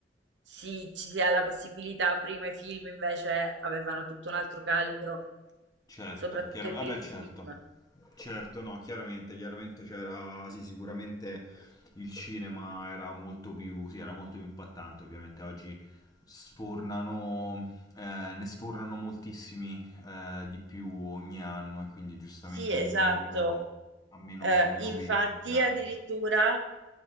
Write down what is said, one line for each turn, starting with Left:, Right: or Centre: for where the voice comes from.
Right: sì, ci si ha la possibilità, prima i film invece avevano tutto un altro calibro,
Left: Certo,
Right: soprattutto
Left: chiaramente,
Right: i primi
Left: vabbè, certo.
Right: film.
Left: Certo, no, chiaramente, chiaramente c'era, sì, sicuramente il cinema era molto più, sì, era molto più impattante, ovviamente oggi sfornano, eh, ne sfornano moltissimi eh, di più ogni anno e quindi giustamente
Right: Sì, esatto.
Left: ognuno di loro ha meno,
Right: Eh,
Left: ha meno
Right: infatti,
Left: peso, chiaro.
Right: addirittura